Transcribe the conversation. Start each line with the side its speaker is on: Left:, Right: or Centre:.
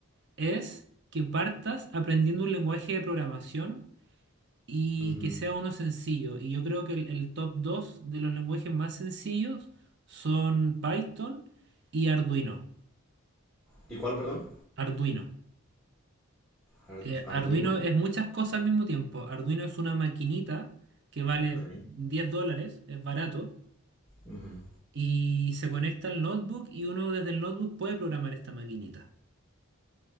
Right: es que partas aprendiendo un lenguaje de programación y
Centre: Ujú.
Right: que sea uno sencillo. Y yo creo que el, el top 2 de los lenguajes más sencillos son Python y Arduino.
Centre: ¿Y cuál, perdón?
Right: Arduino.
Centre: Ar-
Right: Eh,
Centre: Arduino.
Right: Arduino es muchas cosas al mismo tiempo. Arduino es una maquinita que vale
Centre: Ok.
Right: 10 dólares, es barato,
Centre: Ujú.
Right: y se conecta al notebook y uno desde el notebook puede programar esta maquinita.